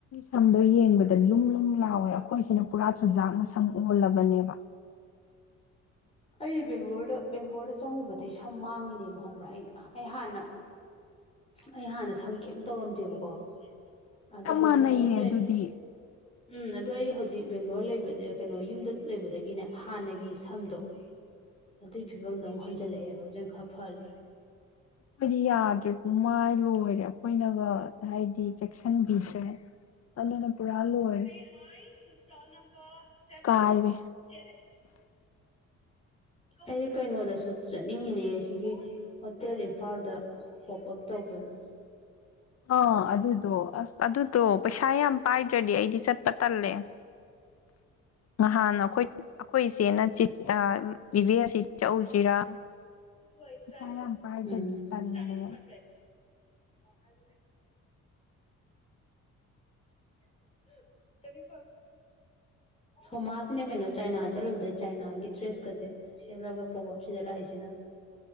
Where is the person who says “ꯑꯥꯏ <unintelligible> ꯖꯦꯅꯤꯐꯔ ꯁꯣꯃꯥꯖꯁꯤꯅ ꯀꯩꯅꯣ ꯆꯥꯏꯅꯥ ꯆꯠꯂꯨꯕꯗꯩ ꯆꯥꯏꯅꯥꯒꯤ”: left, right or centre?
Left